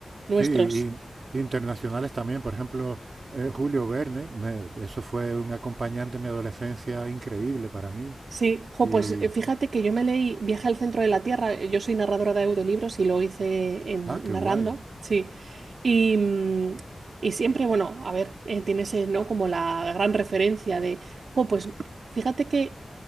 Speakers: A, on the right; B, on the right.
A: nuestros.
B: Sí, in- internacionales también. Por ejemplo, eh, Julio Verne, me- eso fue un acompañante en mi adolescencia increíble para mí.
A: Sí, jo,
B: Y,
A: pues eh, fíjate que yo me leí Viaje al centro de la Tierra. eh, Yo soy narradora de audiolibros y lo hice en,
B: ah, qué
A: narrando,
B: guay.
A: sí. Y, mm, y siempre, bueno, a ver, eh, tienes eh, ¿no? como la gran referencia de, jo, pues fíjate que,